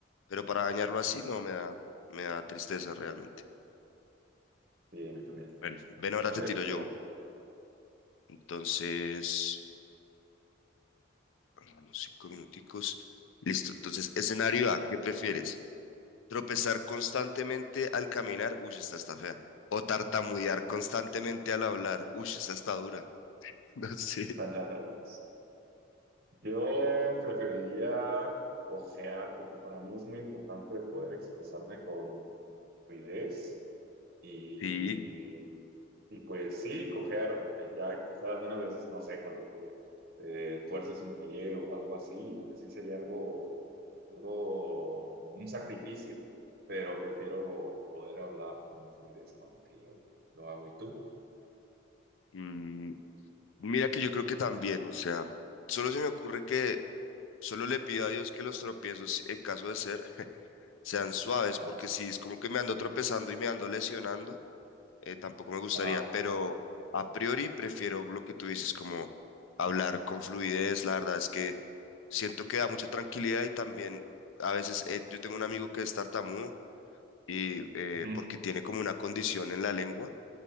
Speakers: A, on the left; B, on the right.
A: Pero para dañarlo así no me da, me da tristeza realmente.
B: Sí, a mí también.
A: Bueno, ven, ahora
B: A
A: te
B: ver,
A: tiro yo
B: te va.
A: una. Entonces. Vamos, cinco minuticos. Listo. Entonces, escenario A, ¿qué prefieres? ¿Tropezar constantemente al caminar? Uy, esta está fea. ¿O tartamudear constantemente al hablar? Uy, esta está dura. <laughs> No sé.
B: <laughs> Yo preferiría ojear, porque para mí es muy importante poder expresarme con fluidez y,
A: Sí.
B: y pues sí, cojear, Eh, ya he cojeado algunas veces, no sé, cuando te, te tuerces un pie o algo así, pues sí sería algo, algo, un sacrificio, pero prefiero poder hablar con la fluidez con la que lo, lo hago. ¿Y tú?
A: Mm, mira que yo creo que también, o sea, solo se me ocurre que solo le pido a Dios que los tropiezos, en caso de ser, sean suaves,
B: Ah,
A: porque si es como que me ando tropezando y me ando lesionando. eh, tampoco me gustaría,
B: Ah,
A: pero a priori prefiero lo que tú dices, como hablar con fluidez, la verdad es que siento que da mucha tranquilidad y también a veces eh, yo tengo un amigo que es tartamudo y eh,
B: ujú.
A: porque tiene como una condición en la lengua